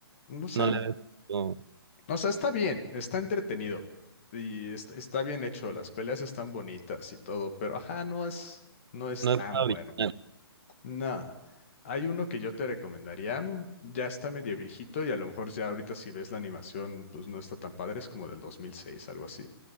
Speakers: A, on the left; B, on the right.
A: no sé,
B: No
A: sea,
B: le ves, no,
A: o sea, está bien, está entretenido y está, está bien hecho. Las peleas están bonitas y todo, pero ajá, no es, no es
B: no
A: tan
B: es nada
A: bueno.
B: original.
A: No. Hay uno que yo te recomendaría, mm, ya está medio viejito y a lo mejor ya ahorita si ves la animación, pues no está tan padre, es como del 2006, algo así